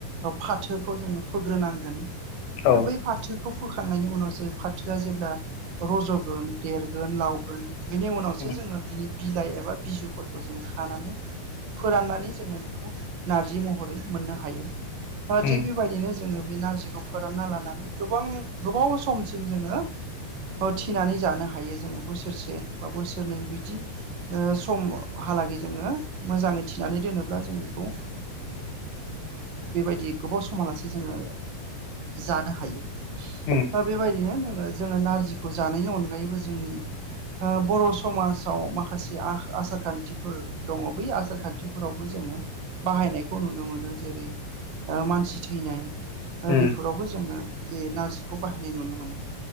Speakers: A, on the right; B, on the left.
A: फाथोखौ जोङो फुोग्रोनांगोन
B: औ
A: बै फाथोखौ फो खांनायनि उनावसो फाथो गाजो रज'गोन देरगोन लावगोन बिनि उनावसो
B: उम
A: जोङो बिनि बिलाइ एबा बिजुफोरखौ जोङ हानानै फोराननानै जोङो बेखौ नारजि महरै मोननो हायो
B: उम
A: थिग बेबायदिनो जोङो बे नारजिखौ फोरानना लानानै गोबां गोबाव समसिम जोङो थिनानै जानो हायो जोङो बोसोरसे बा बोसोरनै बिदि समहालागै जोङो मोजाङै थिनानै दोनोब्ला जों बेखौ बेबायदि गोबाव समालासे जोङो जानो हायो
B: उम
A: दा बेबायदिनो जोङो नारजिखौ जानायनि अनगायैबो जोंनि ओ बर' समाज आव माखासे आसार खान्थिफोर दङ बै आसार खान्थिफोरावबो जोङो बाहायनायखौ नु नुनो मोनो जेरै ओ मानसि थैनाय ओ
B: उम
A: बेफोरावबो जोङो बे नारजिखौ बाहायनाय नुनो मोनो